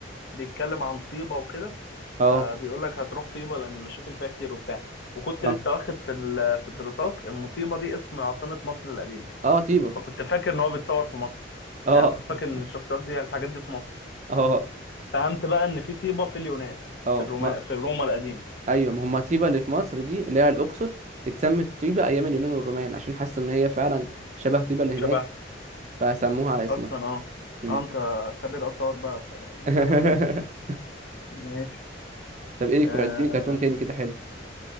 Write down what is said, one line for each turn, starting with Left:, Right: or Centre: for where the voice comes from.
Left: بيتكلم عن طيبة وكده
Right: اه
Left: فبيقول لك هتروح طيبة لأن المشاكل فيها كتير وبتاع وكنت
Right: اه
Left: لسه واخد في ال- في الدراسات ان طيبة دي اسم عاصمة مصر القديمة
Right: اه طيبة
Left: فكنت فاكر ان هو بيتصور في مصر
Right: اه
Left: يعني كنت فاكر ان
Right: <laughs>
Left: الشخصيات دي الحاجات دي في مصر
Right: اه
Left: فهمت بقى ان في طيبة في اليونان
Right: اه
Left: في الروما
Right: ما
Left: في روما القديمة
Right: ايوه ما هم طيبة اللي في مصر دي اللي هي على الاقصر اتسمت طيبة ايام اليونان والرومان عشان حاسة ان هي فعلا شبه طيبة اللي هناك
Left: شبه
Right: فسموها على اسمها
Left: اصلا اه
Right: مم.
Left: اه انت خبير آثار بقى فمن
Right: <laughs>
Left: حق أسألك ماشي
Right: طب ايه
Left: آه
Right: اديني كرتون تاني كده حلو